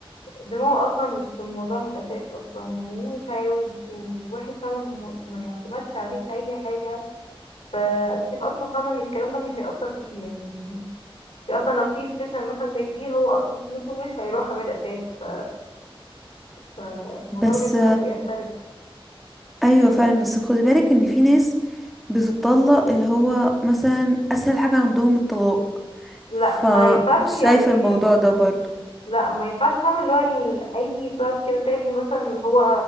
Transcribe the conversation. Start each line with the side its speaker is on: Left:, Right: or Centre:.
Left: دماغه أصلا مش في الموضوع من الأساس أصلا ومش عاوز وواحد فاهمة ما ما يعتمدش عليك أي حاجة فأنا شايفة أصلا فاهمة إن الكلام ده مش هيأثر فيه يعني في اصلا لو في سيشن مثلا زي دي هو اصلا فلوسه مش هيروح عمل اساسي ف- فالموضوع
Centre: بس
Left: بجد لا بيختلف
Centre: ايوه فعلا بس خدي بالك ان في ناس بتطلق اللي هو مثلا اسهل حاجة عندهم الطلاق
Left: لا
Centre: فمش
Left: ما ينفعش يعني
Centre: شايفة الموضوع ده برضو
Left: لا ما ينفعش فاهمة اللي هو ال- اي سبب كده تافه مثلا اللي هو